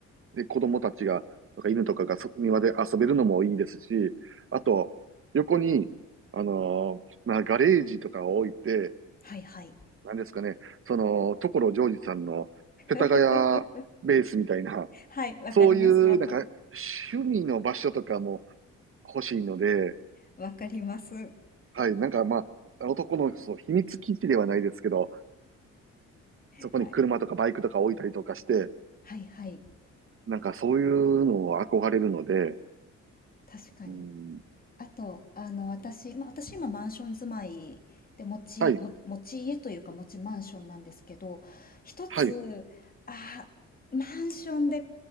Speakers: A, on the right; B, on the left.
A: で、子供たちが、とか犬とかがそ庭で遊べるのもいいですし、あと、横に、あのーまあ、ガレージとかを置いて、
B: はいはい。
A: なんですかね、その、所ジョージさんの世田谷ベースみたいな、
B: <laughs> はい、わかります、
A: そういう、
B: わかり、
A: なんか、趣味の場所とかも欲しいので、
B: わかります。
A: はい。なんかまあ、男のそう秘密基地ではないですけど、そこに車とかバイクとか置いたりとかして、
B: はい。はいはい。
A: なんかそういうのを憧れるので、
B: 確かに。
A: うん、
B: あと、あの、私、まあ、私今マンション住まいで持ち、
A: はい、
B: も持ち家というか持ちマンションなんですけど、一つ、
A: はい、
B: あーマンションで